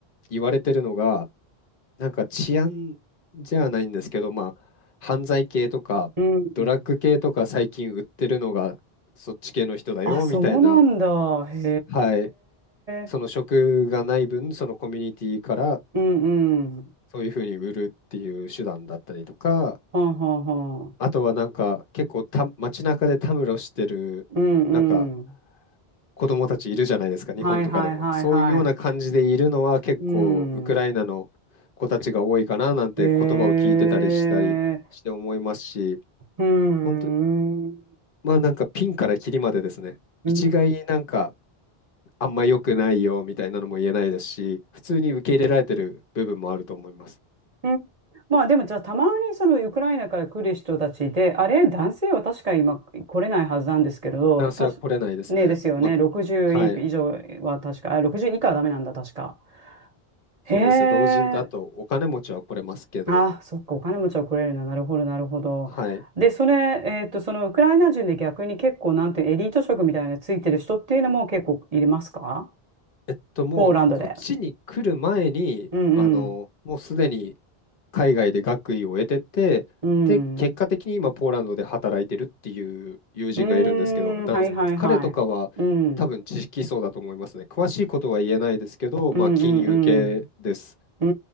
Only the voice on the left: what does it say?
言われてるのが、なんか治安じゃないんですけど、まあ、犯罪系とか、
ドラッグ系とか最近売ってるのがそっち系の人だよみたいな、
はい、その職がない分、
そのコミュニティから
そういうふうに売るっていう手段だったりとか、
あとはなんか結構た街中でたむろしてるなんか
子供たちいるじゃないですか、日本とかでも。
そういうような感じでいるのは結構ウクライナの子たちが多いかななんて言葉を聞いてたりしたりして思いますし、
本当、
まあなんかピンからキリまでですね、
一概になんかあんま良くないよみたいなのも言えないですし、普通に受け入れられてる部分もあると思います。
男性は来れないですね。
ま
あ、はい。
そうです。老人とあとお金持ちは来れますけど、
はい。
えっと、もうこっちに来る前に、
あの、もうすでに海外で学位を得てて、
で、結果的に今ポーランドで働いてるっていう友人がいるんですけど、
男性の彼とかは多分知識層だと思いますね。
詳しいことは言えないですけど、
まあ金融系です。